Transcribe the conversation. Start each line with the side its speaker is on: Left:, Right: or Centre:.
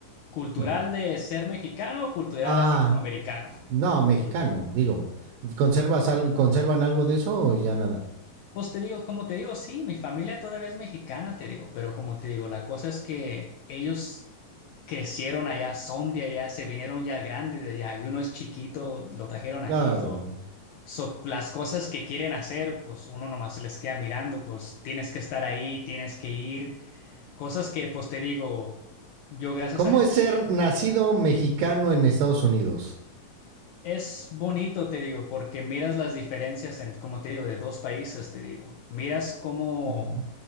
Left: Cultural
Right: Hmm.
Left: de ser mexicano, cultural
Right: Ah,
Left: así como americano.
Right: no, mexicano, digo. ¿Conservas al- conservan algo de eso o ya nada?
Left: Pues te digo, como te digo, sí, mi familia todavía es mexicana, te digo, pero como te digo, la cosa es que ellos crecieron allá, son de allá, se vinieron ya grandes de allá, y uno es chiquito, lo trajeron aquí,
Right: Claro.
Left: so, so las cosas que quieren hacer, pues uno nomás se les queda mirando, pues tienes que estar ahí, tienes que ir, cosas que pues te digo, yo gracias
Right: ¿Cómo
Left: a Dios,
Right: es ser nacido mexicano en Estados Unidos?
Left: es bonito, te digo, porque miras las diferencias en, como te digo, de dos países, te digo, miras cómo
Right: Ujú.